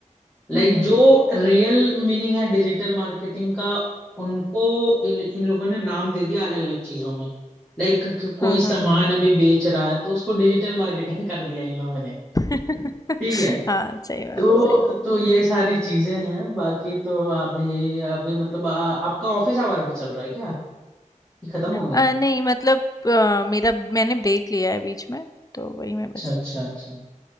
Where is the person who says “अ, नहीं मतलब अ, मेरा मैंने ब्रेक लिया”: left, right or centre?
Left